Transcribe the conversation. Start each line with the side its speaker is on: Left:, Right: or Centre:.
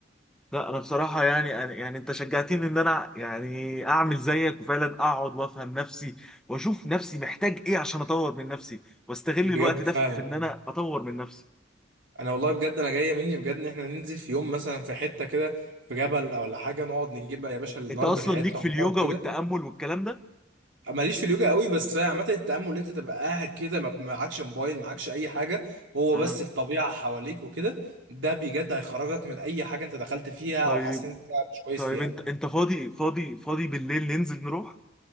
Centre: لا انا بصراحه يعني أنا يعني انت شجعتني ان انا يعني اعمل زيك وفعلا اقعد وافهم نفسي واشوف نفسي محتاج ايه عشان اطور من نفسي واستغل
Right: بجد
Centre: الوقت ده
Right: فعلا
Centre: في ان انا اطور من نفسي
Right: انا والله بجد انا جايه مني بجد ان احنا ننزل في يوم مثلا في حته كده في جبل او ولا حاجه نقعد نجيب بقى يا باشا النار
Centre: انت اصلا
Right: بتاعتنا
Centre: ليك في
Right: ونقعد
Centre: اليوجا
Right: كده
Centre: والتامل والكلام ده
Right: ماليش في اليوجا قوي بس هي عامه التامل ان انت تبقى قاعد كده ما معكش موبايل معكش اي حاجه هو
Centre: فهمت
Right: بس الطبيعه حواليك وكده ده بجد هيخرجك من اي حاجه انت دخلت فيها
Centre: طيب
Right: او حاسس ان انت مش كويس
Centre: طيب
Right: فيها
Centre: انت انت فاضي فاضي فاضي بالليل ننزل نروح